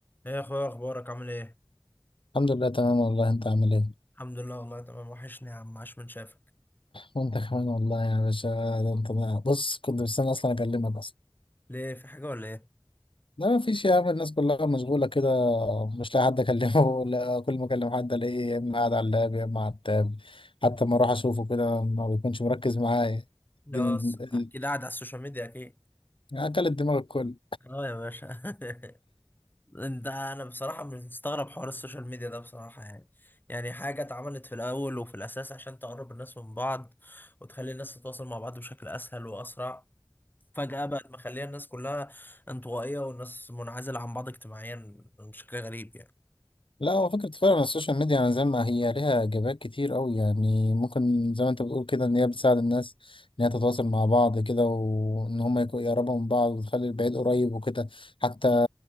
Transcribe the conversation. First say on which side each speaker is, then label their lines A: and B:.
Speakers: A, on the left; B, on the left.
A: ايه يا اخويا ايه اخبارك عامل ايه
B: الحمد لله تمام والله انت عامل ايه
A: الحمد لله والله تمام وحشني يا عم عاش من شافك
B: وانت كمان والله يا باشا ده انت بقى- بص كنت مستني اصلا اكلمك اصلا
A: ليه في حاجه ولا ايه
B: لا ما فيش يا عم الناس كلها مشغوله كده مش لاقي حد اكلمه <laughs> ولا كل ما اكلم حد الاقيه يا اما قاعد على اللاب يا اما على التاب حتى ما اروح اشوفه كده ما بيكونش مركز معايا
A: لا
B: الدن-
A: س- اكيد
B: ال-
A: قاعد على السوشيال ميديا اكيد
B: اكلت دماغ الكل
A: اه يا باشا <laughs> انت انا بصراحه مش مستغرب حوار السوشيال ميديا ده بصراحه يعني يعني حاجه اتعملت في الاول وفي الاساس عشان تقرب الناس من بعض وتخلي الناس تتواصل مع بعض بشكل اسهل واسرع فجاه بقت مخليه الناس كلها انطوائيه والناس منعزله عن بعض اجتماعيا بشكل غريب يعني
B: لا هو فكرة فعلا السوشيال ميديا يعني زي ما هي ليها إيجابيات كتير أوي يعني ممكن زي ما أنت بتقول كده إن هي بتساعد الناس إن هي تتواصل مع بعض كده وإن هما يكو- يقربوا من بعض وتخلي البعيد قريب وكده حتى
A: مم.